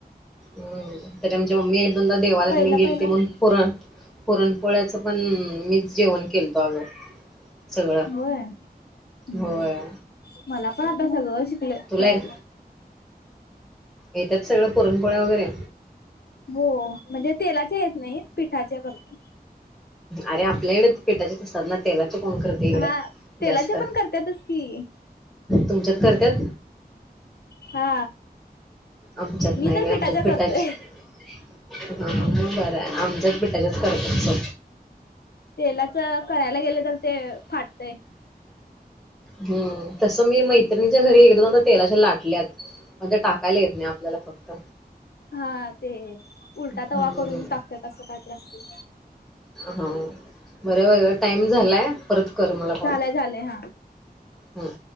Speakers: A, in the centre; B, on the left.
A: हम्म तरी आमची मम्मी एक देवाला
B: पहिला
A: त्यांनी गेल
B: पहिला
A: म्हण पुरण पुरणपोळ्याचं पण मी जेवण केलत अगं सगळं
B: होय हम्म
A: होय
B: मला पण आता सगळं शिकले
A: तुला
B: करायल
A: ये येतात सगळं पुरणपोळ्या वगैरे?
B: हो म्हणजे तेलाचे येत नाही पिठाचे करतो.
A: अरे आपल्या कडे पिठाचेच असतात ना तेलाचे कोण कर ते इकडं
B: हा तेलाचे
A: जास्त,
B: पण करतातच की
A: तुमच्यात करत्यात?
B: हा
A: आमच्यात
B: मी
A: नाही
B: तर
A: बाई आमच्यात
B: पिठाच्या
A: पिठाचेच
B: करतोय
A: हा मंग बरंय आमच्यात करतात सो
B: तेलाच करायला गेले तर ते फाटतंय.
A: हम्म तसं मी मैत्रिणीच्या घरी एकदा दोनदा तेलाच्या लाटल्यात. मध्ये टाकायला येत नाही आपल्याला फक्त.
B: हा ते उलटा
A: हम्म
B: तवा करून टाकत्यात असं काय तरी असते.
A: हा बरं व टाइम झालाय, परत कर मला कॉल.
B: झालंय झालंय हा
A: हम्म